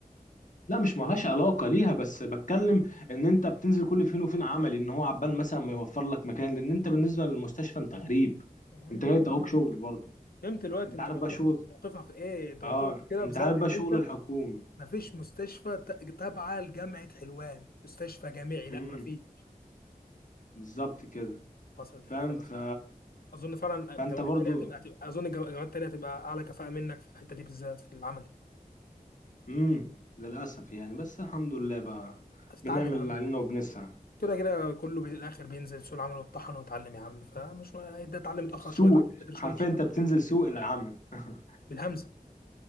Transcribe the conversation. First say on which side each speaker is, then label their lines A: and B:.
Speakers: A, on the left; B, on the left.
A: لا مش مالهاش علاقة ليها بس بتكلم ان انت بتنزل كل فين وفين عملي ان هو عبال مثلا ما يوفر لك مكان لان انت بالنسبة للمستشفى انت غريب
B: مم.
A: انت جاي تعوق شغل برضه
B: فهمت دلوقتي
A: انت
B: انت
A: عارف
B: موقفك
A: بقى شغل
B: موقفك ايه انت
A: اه
B: موقفك كده
A: انت
B: بسبب
A: عارف بقى
B: ان
A: شغل
B: انت
A: الحكومي
B: مفيش مستشفى ت- تابعة لجامعة حلوان مستشفى جامعي لا
A: امم
B: مفيش
A: بالظبط كده
B: وصلت
A: فاهم
B: الخير يا
A: ف...
B: أصلاً. أظن فعلا الجامعات
A: فانت برضو
B: التانية هتبقى هتبقى أظن الجامع- الجامعات التانية هتبقى أعلى كفاءة منك في الحتة دي بالذات في العملي
A: امم للاسف يعني بس الحمد لله بقى
B: هتتعلم
A: بنعمل
B: يا
A: اللي
B: عم
A: علينا وبنسعى
B: كده كده كله بي- الآخر بينزل سوق العمل ويتطحن ويتعلم يا عم فمش ده اتعلم متأخر
A: سوق
B: شوية اتعلم بدري
A: حرفيا
B: شوية مش فارقة
A: انت بتنزل سوق العمل <laughs>
B: بالهمزة